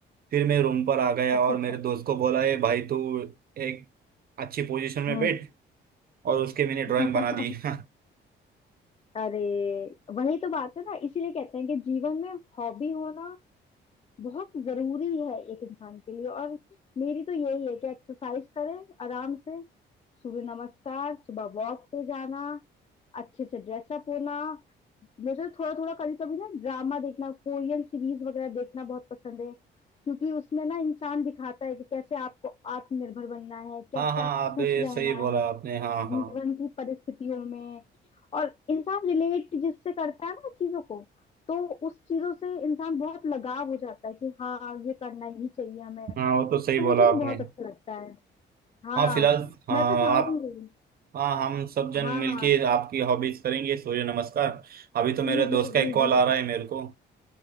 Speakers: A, on the right (about 50°); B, on the left (about 30°).
A: फिर मैं रूम पर आ गया
B: अच्छा
A: और
B: अच्छा
A: मेरे दोस्त को बोला ए भाई तू एक अच्छी पोजीशन में
B: हम्म
A: बैठ और उसके मैंने ड्राइंग
B: <laughs>
A: बना दी <laughs>
B: अरे वही तो बात है ना इसीलिए कहते हैं कि जीवन में हॉबी होना बहुत जरूरी है एक इंसान के लिए और मेरी तो यही है कि एक्सरसाइज करें आराम से सूर्य नमस्कार सुबह वॉक पे जाना अच्छे से ड्रेसअप होना मुझे थोड़ा थोड़ा कभी कभी ना ड्रामा देखना कोरियन सीरीज वगैरह देखना बहुत पसंद है क्योंकि उसमें ना इंसान दिखाता है कि कैसे आपको आत्मनिर्भर बनना है कैसे
A: हाँ हाँ
B: आप
A: आप
B: खुश
A: ये
B: रहना
A: सही बोला
B: है
A: आपने हाँ हाँ
B: जीवन की परिस्थितियों में और इंसान रिलेट जिससे करता है ना चीजों को तो उस चीजों से इंसान बहुत लगाव हो जाता है कि हाँ ये करना ही चाहिए हमें
A: हाँ वो तो सही
B: तो
A: बोला
B: मुझे तो
A: आपने
B: बहुत अच्छा लगता है हाँ
A: हाँ फिलहाल हाँ
B: मैं तो चाहूंगी
A: आप हाँ हम सब जन
B: हाँ
A: मिलके
B: हाँ
A: आपकी हॉबीज करेंगे सूर्य नमस्कार अभी तो मेरे
B: जी
A: दोस्त
B: जी
A: का
B: जी
A: एक कॉल
B: जी
A: आ रहा
B: जी
A: है मेरे को